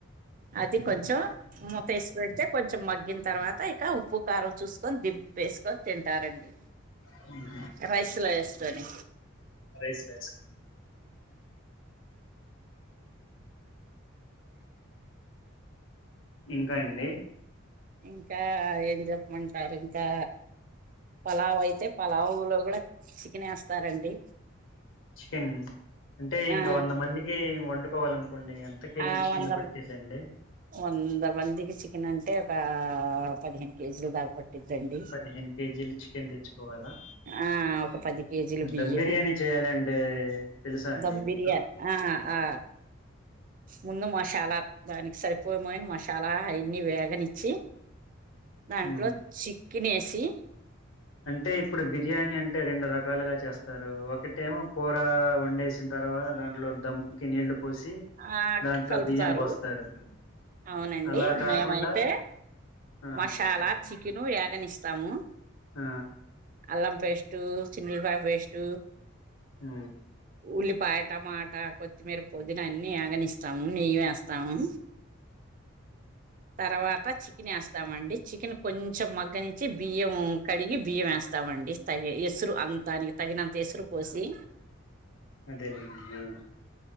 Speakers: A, on the right (about 40°); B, on the left (about 70°).
A: అది కొంచం మూతేసి పెడ్తే కొంచం మగ్గిన్ తర్వాత ఇక ఉప్పు, కారం చూస్కొన్ దింపేస్కొన్ తింటారండి.
B: <inaudible>
A: రైస్లో ఏస్కోని
B: రైస్ రైస్ ఇంకా అండి.
A: ఇంకా ఏం చెప్పమంటారు ఇంకా పలావైతే పలావులో గుడ చికెనేస్తారండి.
B: చికెన్ అంటే ఇంకా
A: ఆ
B: వంద మందికి వండుకోవాలనుకోండి ఎంత కేజీ
A: ఆ
B: చికెన్
A: వంద
B: పట్టిదండి.
A: వంద మందికి చికెన్ అంటే ఒకా పదిహేను కేజీలు దాకా పట్ ట్టిద్దండి
B: పదిహేను కేజీలు చికెన్ తెచ్చుకోవాలా
A: ఆ ఒక పది కేజీలు బియ్యం.
B: దమ్ బిర్యానీ చేయాలంటే తెలుసా అండి
A: ధమ్
B: మీకు
A: బిర్యాన్ ఆ ఆ ముందు మసాలా దానికి సరిపోయే మెయిన్ మసాలా అయన్ని వేగనిచ్ చ్చి దాంట్లో
B: ఉమ్.
A: చికెనేసి
B: అంటే ఇప్పుడు బిర్యానీ అంటే రెండు రకాలుగా చేస్తారు. ఒ కటేమో కూర వండేసిన్ తర్వాత దాంట్లో ధమ్ కి నీళ్లు పోసి
A: ఆ
B: దాంట్లో
A: కలుపుతారు
B: బియ్యం పోస్తారు.
A: అవునండి
B: అలా కాకుండా
A: మేమైతే
B: ఆ
A: మసాలా,
B: చెప్పండి
A: చికెను, వే గనిస్తాము.
B: ఆ
A: అల్లం పేస్టు, చిన్నుల్లిపాయ పేస్ట్
B: ఆ
A: ఉల్లిపాయ, టమాట కొత్తిమీర, పుదీన అన్ని యాగనిస్తాము నెయ్యి వేస్తాము. తర్వాత చికెన్ ఏస్తామండి చికెన్ కొంచం మగ్గనిచ్చి బియ్యం కడిగి, బియ్యమేస్తాం. అండి తయే ఎసురు అం దానికి తగినంత ఎసురు పోసి
B: అదే లెండి ఆ